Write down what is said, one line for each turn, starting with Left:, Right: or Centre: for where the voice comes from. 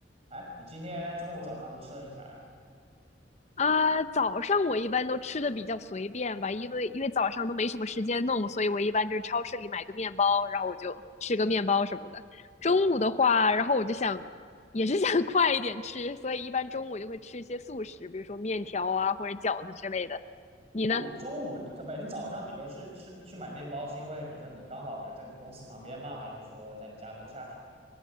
Right: 哎，你今天中午、早上都吃了些啥呀？
Left: 啊，早上我一般都吃的比较随便吧，因为因为早上都没什么时间弄，所以我一般就是超市里买个面包，然后我就吃个面包什么的。中午的话，
Right: 啊，
Left: 然后我就想，也是想 <laughs> 快一点吃，所以一般中午就会吃一些速食，比如说面条啊或者饺子之类的。你呢？
Right: 那你中午，这不，你早上，比如说去吃去买面包，是因为比如说你刚好，比如在你公司旁边吗？还是说在你家楼下什么？